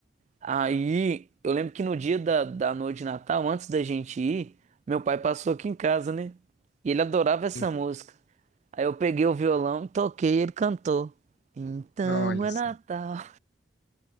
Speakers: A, on the right; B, on the left.
A: Aí, eu lembro que no dia da, da noite de Natal, antes da gente ir, meu pai passou aqui em casa, né? E ele adorava essa
B: Hum.
A: música. Aí eu peguei o violão, toquei e ele cantou. Então
B: Não, Olha
A: é
B: só,
A: Natal.